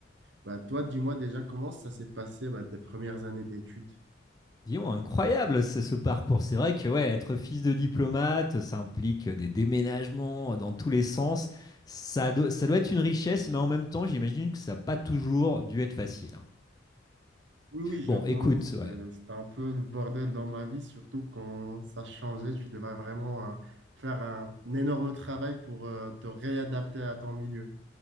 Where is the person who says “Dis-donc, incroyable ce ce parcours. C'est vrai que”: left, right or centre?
Left